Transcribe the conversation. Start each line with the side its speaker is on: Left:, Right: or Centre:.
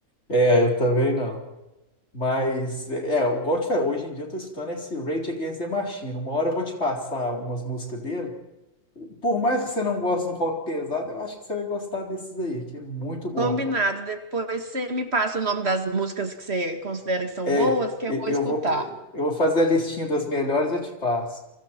Left: É, eu também não. Mas, é, é, igual eu te falei, hoje em dia eu tô escutando esse Rage Against the Machine. Uma hora eu vou te passar umas músicas dele. Por mais que você não goste de um rock pesado, eu acho que você vai gostar desses aí, que é muito bom,
Right: Combinado.
Left: viu?
Right: Depois você me passa o nome das músicas que você considera que são
Left: É,
Right: boas, que
Left: e-
Right: eu vou
Left: eu
Right: escutar.
Left: vou, eu vou fazer a listinha das melhores e eu te passo.